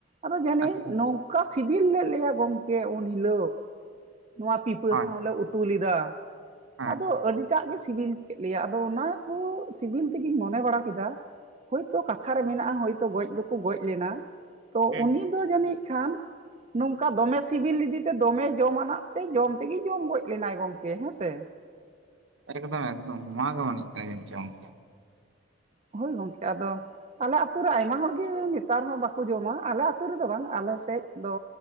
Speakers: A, on the right; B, on the right.
A: ᱟᱫᱚ ᱡᱟᱹᱱᱤᱡ
B: ᱟᱪᱪᱷᱟ
A: ᱱᱚᱝᱠᱟ ᱥᱤᱵᱤᱞ ᱞᱮᱜ ᱞᱮᱭᱟ ᱜᱚᱝᱠᱮ ᱩᱱ ᱦᱤᱞᱳᱜ ᱱᱚᱣᱟ ᱯᱤᱯ ᱯᱟᱹ
B: ᱦᱳᱭ,
A: ᱥᱟᱶᱞᱮ ᱩᱛᱩ ᱞᱮᱫᱟ᱾
B: ᱦᱮᱸ,
A: ᱟᱫᱚ ᱟᱹᱰᱤᱴᱟᱜ ᱜᱮ ᱥᱤᱵᱤᱞ ᱠᱮᱜ ᱞᱮᱭᱟ ᱟᱫᱚ ᱚᱱᱟ ᱠᱚ ᱥᱤᱵᱤᱞ ᱛᱮᱜᱤᱧ ᱢᱚᱱᱮ ᱵᱟᱲᱟ ᱠᱮᱫᱟ᱾ ᱦᱳᱭᱛᱚ ᱠᱟᱛᱷᱟ ᱨᱮ ᱢᱮᱱᱟᱜ-ᱟ ᱦᱳᱭᱛᱚ ᱜᱚᱡ ᱫᱚᱠᱚ ᱜᱚᱡ ᱞᱮᱱᱟ ᱛᱚ
B: ᱦᱮᱸ,
A: ᱩᱱᱤ ᱫᱚ ᱡᱟᱹᱱᱤᱡ ᱠᱷᱟᱱ ᱱᱚᱝᱠᱟ ᱫᱚᱢᱮ ᱥᱤᱵᱤᱞ ᱞᱤᱫᱤᱛᱮ ᱫᱚᱢᱮ ᱡᱚᱢᱟᱱᱟᱜ ᱛᱮ ᱡᱚᱢ ᱛᱮᱜᱮ ᱡᱚᱢ ᱜᱚᱡ ᱞᱮᱱᱟᱭ ᱜᱚᱝᱠᱮ ᱦᱮᱸᱥ ᱛᱮ
B: ᱮᱠᱫᱚᱢ ᱮᱠᱫᱚᱢ ᱱᱚᱣᱟ ᱜᱮ ᱢᱚᱱᱮ ᱦᱩᱭᱩᱜ ᱠᱟᱱᱟ ᱡᱟᱹᱱᱤᱡ ᱪᱚᱝ ᱜᱚᱝᱠᱮ᱾
A: ᱦᱳᱭ ᱜᱚᱝᱠᱮ ᱟᱫᱚ ᱟᱞᱮ ᱟᱹᱛᱩ ᱨᱮ ᱟᱭᱢᱟ ᱦᱚᱲᱜᱮ ᱱᱮᱛᱟᱨ ᱦᱚᱸ ᱵᱟᱠᱚ ᱡᱚᱢᱟ᱾ ᱟᱞᱮ ᱟᱹᱛᱩ ᱨᱮᱫᱚ ᱵᱟᱝ ᱟᱞᱮ ᱥᱮᱜ ᱫᱚ